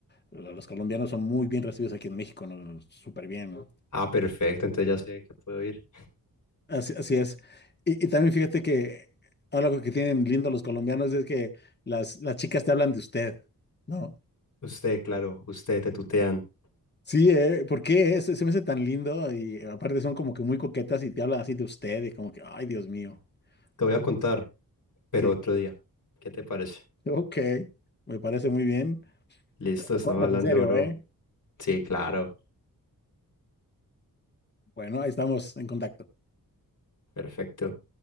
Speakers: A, on the left; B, on the left.
A: lo- los colombianos son muy bien recibidos aquí en México, ¿no? Súper bien, ¿no?
B: Ah, perfecto, entonces ya sé que puedo ir.
A: Así, así es. Y, y también fíjate que algo que tienen lindo los colombianos es que las, las chicas te hablan de usted, ¿no?
B: Usted, claro, usted, te tutean.
A: Sí, eh, ¿por qué es? Se me hace tan lindo y eh, aparte son como que muy coquetas y te hablan así de usted y como que, ay, Dios mío.
B: Te voy
A: No,
B: a contar, pero
A: sí,
B: otro día. ¿Qué te parece?
A: ok, me parece muy bien.
B: Listo,
A: Me
B: estamos
A: cuentas
B: hablando,
A: en serio,
B: bro.
A: ¿eh?
B: Sí, claro.
A: Bueno, ahí estamos en contacto.
B: Perfecto.